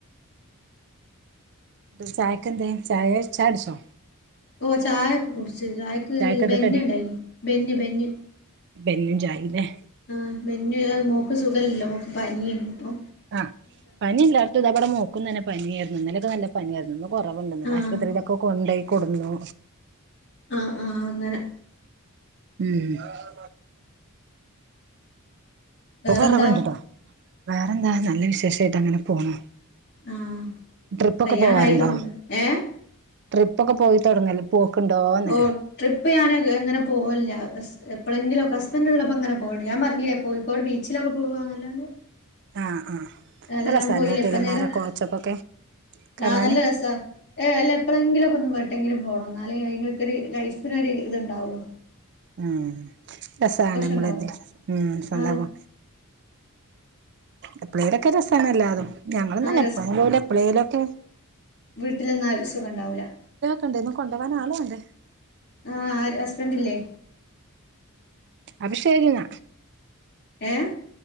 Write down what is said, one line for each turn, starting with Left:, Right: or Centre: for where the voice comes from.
Right: ന്തേ ചായക്കെന്തേ ചായട്ച്ചോ
Left: ഓഹ് ചായൊക്കെ കുടിച്ച്, ചായക്ക്
Right: ചായക്കെന്താ
Left: ബെന്ന് ണ്ടായിനി, ബെന്ന് ബെന്ന്
Right: ബെന്നും ചായീ ലേ
Left: ആഹ് ബെന്ന്, അത് മോക്ക് സുഖല്ലല്ലോ, മോക്ക് പനിയേനിപ്പൊ
Right: ആഹ് പനി ഇല്ലാടുത്തും താ ബടെ മോക്കും തന്നെ പനി ആയിരുന്നു. ഇന്നലെക്കെ നല്ല പനിയായിരുന്നു. ഇന്ന് കൊറവ്ണ്ട് ഇന്നലെ
Left: ആഹ്
Right: ആശുപത്രീലൊക്കെ കൊണ്ടോയി കൊടുന്നു
Left: ആഹ് ആഹ് അങ്ങന
Right: ഉം ഇപ്പൊ
Left: വേറെന്താ
Right: കൊറവിണ്ട്ട്ടോ വേറെന്താ നല്ല വിശേഷായിട്ട് അങ്ങനെ പോണു
Left: ആഹ്
Right: ട്രിപ്പൊക്കെ
Left: കയ്യാനായി
Right: പോവാറിണ്ടോ
Left: തുടങ്ങി ഏഹ്
Right: ട്രിപ്പൊക്കെ പോയിത്തൊടങ്ങൽ പോക്കിണ്ടോന്ന്
Left: ഓ ട്രിപ്പ് ഞാൻ ക് അങ്ങനെ പോവല്ല അസ് എപ്പളെങ്കിലൊക്കെ ഹസ്ബൻ്റ് ഇള്ളപ്പോ അങ്ങനെ പോകിണ്ട് ഞാൻ പർഞ്ഞിലേ കോഴിക്കോട് ബീച്ചിലൊക്കെ പോക എന്നല്ലാണ്ട്
Right: ആഹ് ആഹ്
Left: അല്ലെ
Right: രസാണല്ലേ
Left: ഞാൻ പോലില്ല ഇപ്പ
Right: തിലമാര
Left: നേര
Right: കോച്ചപ്പൊക്കെ കാണാന്
Left: ആഹ് നല്ല രസാ ഏഹ് അല്ല എപ്പളെങ്കിലൊക്കെ ഒന്ന് ഒരട്ടെങ്കിലു പോണം ഇന്നാലേ അയിനൊക്ക ഒര് ലൈഫിന് ഒര് ഇതിണ്ടാവൊള്ളു
Right: ഉം രസാണ് അമ്മളെതിൽ
Left: ഉണ്ടാവും
Right: ഉം സ്വന്തം
Left: ആഹ്
Right: പൊ എപ്പ്ളേലൊക്കെ രസാണെല്ലാതും ഞങ്ങളുന്തന്നെ
Left: ആഹ്
Right: എപ്പ്ളേങ്കിലും എപ്പ്ളേലൊക്കെ
Left: വീട്ടിലിന്ന ആഹ് ഒര് സുഖണ്ടാവ്ല
Right: വണ്ടിമ്മെ കൊണ്ടോകാൻ ആള് വാണ്ടേ
Left: ആഹ് ആര് ഹസ്ബന്റില്ലേ
Right: അപ്പ ശരിന്നാ
Left: ഏഹ്